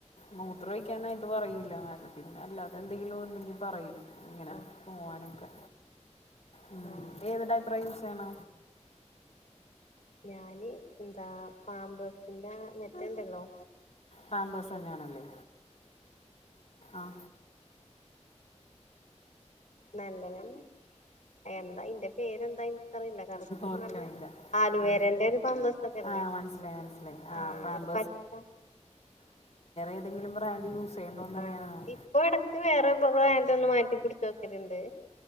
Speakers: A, on the left; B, on the left.
A: ന എത്ര വഴിക്കക്കാനായിട്ട് പറയൂല്ല മാ പിന്നെ അല്ലത എന്തെങ്കിലും ഉണ്ടെങ്കിൽ പറയും ഇങ്ങനെ
B: ആഹ്
A: പോവാനൊക്കെ ഉ
B: ആഹ്
A: ഏത് ടൈപ്പ് പ്ര യൂസ് ചെയ്യണ
B: ഞാന് എന്താ പാമ്പേസിന്റെ മെറ്റ ഇണ്ടല്ലോ
A: പാമ്പേഴ്സ് തന്നെയാണല്ലേ ആഹ
B: നല്ലതന്നെ എന്താ ഇറെ പേരെന്താ ഇൻക്കറിയില്ല കറക്റ്റ്
A: ഓർക്കില്ല
B: നല്ല ആലുവേരന്റെ
A: ആ
B: ഒരു പാമ്പേഴ്സൊക്കെല്ലേ
A: ആഹ മനസിലായി മനസിലായി ആ
B: ആഹ്
A: പാമ്പ
B: ഒരു പച്ച
A: ഏതെങ്കിലും ബ്രാൻഡ് യൂസ് ചെയ്യണ്ടോന്ന്
B: ആഹ
A: അറിയാനാണ്
B: ഇപ്പൊ ഇടക്ക് വേറെ അന്റെ ഒന്ന് മാറ്റി കുടിച്ച് നോക്കലണ്ട്